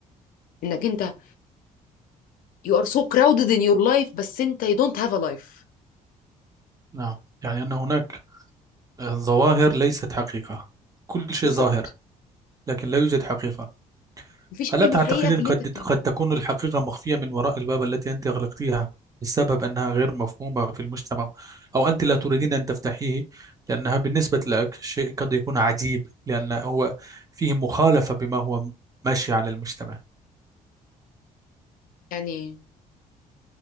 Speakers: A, on the left (about 70°); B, on the right (about 25°).
A: انك انت يو ار سو كراودد ان يور لايف بس انت يو دونت هاف ا لايف
B: نعم يعني أن هناك آه، ظواهر ليست حقيقة كل شيء
A: بالظبط
B: ظاهر لكن لا يوجد حقيقة
A: مفيش
B: ألا
A: اي
B: تعتقدين
A: حقيقه في اللي
B: قد
A: انت بتعمله
B: قد تكون الحقيقة مخفية من وراء الباب التي أنت أغلقتيها بسبب أنها غير مفهومة في المجتمع أو أنت لا تريدين أن تفتحيه لأنها بالنسبة لك شيء قد يكون عجيب لأن هو فيه مخالفة بما هو ماشي على المجتمع
A: يعني